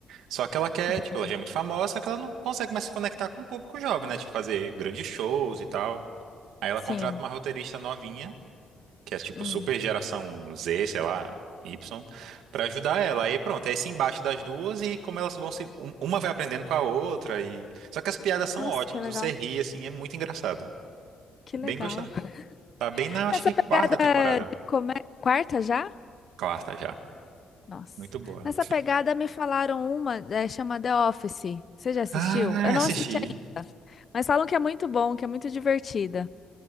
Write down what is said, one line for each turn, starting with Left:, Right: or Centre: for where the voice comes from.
Right: Só que ela quer,
Left: Entendi.
Right: tipo, ela já é muito famosa, só que ela não consegue mais se conectar com o público jovem, né? Tipo fazer grandes shows e tal. Aí ela
Left: Sim.
Right: contrata uma roteirista novinha que é tipo
Left: Hum.
Right: super geração Z, sei lá, Y, pra ajudar ela. Aí pronto, é esse embate das duas e como elas vão se. um- Uma vai aprendendo com a outra e. Só que as piadas são
Left: Nossa,
Right: ótimas,
Left: que legal.
Right: você ri, assim, é muito engraçado.
Left: Que
Right: Bem
Left: legal.
Right: gostado.
Left: <laughs>
Right: Tá bem na, acho
Left: Nessa
Right: que
Left: pegada
Right: quarta temporada.
Left: de comédia, Quarta já?
Right: Quarta já.
Left: Nossa.
Right: Muito boa.
Left: Nessa pegada me falaram uma, é, chama The Office. Você já assistiu?
Right: Ah,
Left: Eu não
Right: assisti.
Left: assisti ainda, mas falam que é muito bom, que é muito divertida.